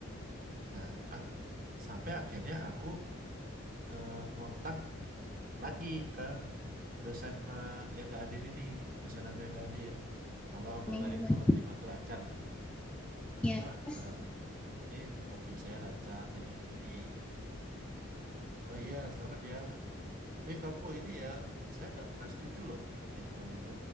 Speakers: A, on the right; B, in the centre.
A: Nah, ak- sampai akhirnya aku eh, ngontak lagi ke dosen eh, yang gak hadir ini, dosen aku yang gak hadir. Kalau ngabarin
B: minggu kedua.
A: kolokium aku lancar gitu lah.
B: Iya.
A: Pak,
B: Terus,
A: eh, ini kolokium saya lancar, gini, gini, gini, gitu. Oh iya, selamat ya. Tapi kamu ini ya, saya nggak pernah setuju loh eh, jadwal itu.